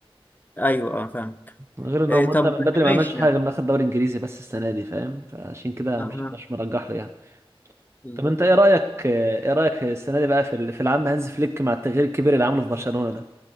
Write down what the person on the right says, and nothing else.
غير ان
هو مدة
من بدري
ما عملش حاجه
غير انه اخد دوري انجليزي بس السنه دي فاهم فعشان كده
مش مش مرجح له يعني
طب انت ايه رايك ايه رايك السنه دي بقى في ال- في العام هانز فليك مع التغيير الكبير اللي عمله في برشلونه ده